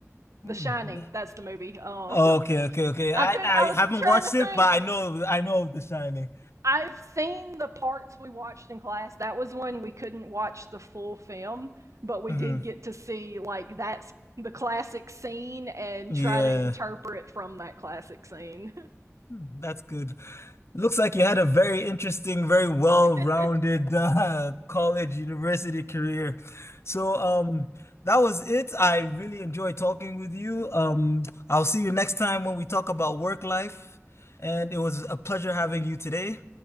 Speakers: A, on the left; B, on the right.
A: Mm.
B: The Shining. That's the movie. Um,
A: Okay,
B: <laughs>
A: okay, okay. I
B: I could not
A: I
B: I was
A: haven't
B: trying
A: watched
B: to think
A: it, but I know I know of The Shining.
B: I've seen the parts we watched in class. That was when we couldn't watch the full film, but we
A: hmm
B: did get to see like that's the classic scene and
A: Yeah.
B: try to interpret from that classic scene.
A: Hmm, That's good. Looks like you had a very interesting, very well-rounded
B: <laughs> it
A: uh, <laughs> college, university career. So, um, that was it. I really enjoyed talking with you. Um, I'll see you next time when we talk about work life. And it was a pleasure having you today.